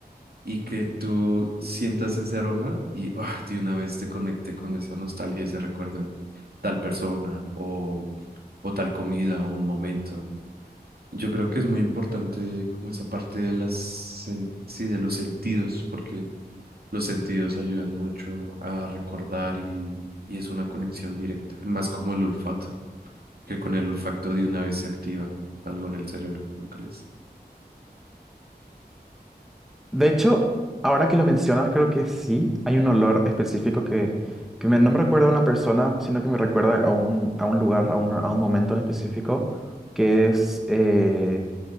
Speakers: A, on the right; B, in the centre.
A: y que tú sientas ese aroma y ah, de una vez te conecte con esa nostalgia y ese recuerdo de tal persona o, o tal comida o un momento. Yo creo que es muy importante como esa parte de las, sen- sí, de los sentidos, porque los sentidos ayudan mucho a recordar y, y es una conexión directa, más como el olfato, que con el olfato de una vez se activa algo en el cerebro, ¿no crees?
B: De hecho, ahora que lo mencionas, creo que sí, hay un olor específico que, que me- no me recuerda a una persona, sino que me recuerda a un, a un lugar, a un, a un momento en específico, que es, eh,